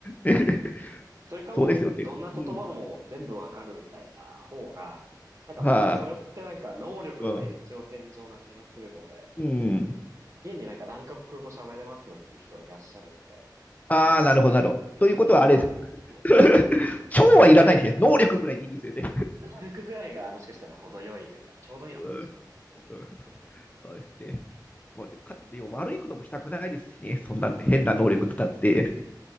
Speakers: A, on the left; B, on the right.
A: うね。<laughs>
B: それかもう、
A: そうですよね。
B: どんな言葉も全部わかるみたいな方が、
A: うん。
B: なんかまだそれってなんか能力の延長線上な気がするの
A: はい、うん。うん。
B: で、現になんか何カ国語喋れますよっていう人はいらっしゃるので、
A: ああ、なるほど、なるほど。
B: なんかそんなにこう、
A: ということはあれです。
B: ええ、
A: <laughs> 超はいらないんですね。能力ぐらいでいいんですよね。
B: 能力ぐらいがもしかしたら程よいというか、ちょうどいいのかもしれないですね。
A: うんうんそうですね。もうね、かで悪いこともしたくないですしね。そんな変な能力使って